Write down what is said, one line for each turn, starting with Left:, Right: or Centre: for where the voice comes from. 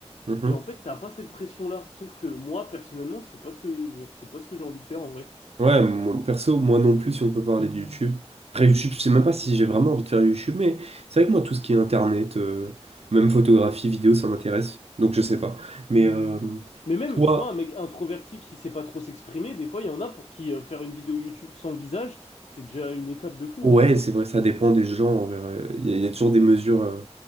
Right: Mhm.
Left: Et en fait, t'as pas cette pression-là. Sauf que moi, personnellement, c'est pas ce que, genre, c'est pas ce que j'ai envie de faire en vrai.
Right: Ouais, moi- perso, moi non plus, si on peut parler de YouTube. Après, YouTube, je sais même pas si j'ai vraiment envie de faire YouTube, mais c'est vrai que moi, tout ce qui est internet, euh, même photographie, vidéo, ça m'intéresse. Donc, je sais pas. Mais euh,
Left: Mais même,
Right: toi,
Left: tu vois, un mec introverti qui sait pas trop s'exprimer, des fois, il y en a pour qui euh, faire une vidéo YouTube sans visage, c'est déjà une étape de fou,
Right: ouais,
Left: hein.
Right: c'est vrai, ça dépend des gens. en vrai. Il y, a il y a toujours des mesures euh,